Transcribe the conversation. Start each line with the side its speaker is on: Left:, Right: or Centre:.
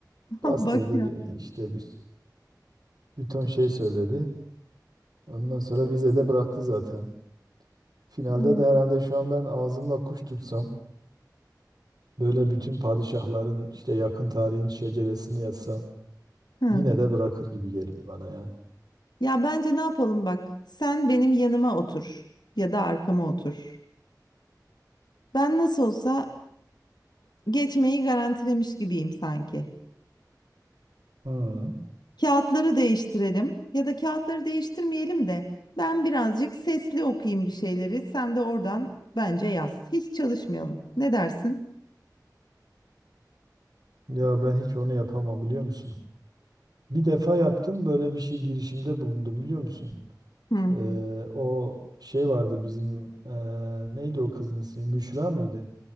Left: Ha,
Right: Bastırdı
Left: Bak ya.
Right: e, işte bir bir ton şey söyledi. Ondan sonra vizede bıraktı zaten. Finalde
Left: Ha,
Right: de herhalde şu an ben ağzımla kuş tutsam Böyle bütün padişahların işte yakın tarihin şeceresini yazsam
Left: ha.
Right: yine de bırakır gibi geliyor bana ya.
Left: Ya bence ne yapalım bak. Sen benim yanıma otur ya da arkama otur. Ben nasıl olsa geçmeyi garantilemiş gibiyim sanki.
Right: Hı.
Left: Kağıtları değiştirelim ya da kağıtları değiştirmeyelim de ben birazcık sesli okuyayım bir şeyleri. Sen de oradan bence yaz. Hiç çalışmayalım. Ne dersin?
Right: Ya ben hiç onu yapamam biliyor musun? Bir defa yaptım böyle bir şey girişimde bulundum biliyor musun?
Left: Hı.
Right: Ee, o şey vardı bizim ee, neydi o kızın ismi? Büşra mıydı?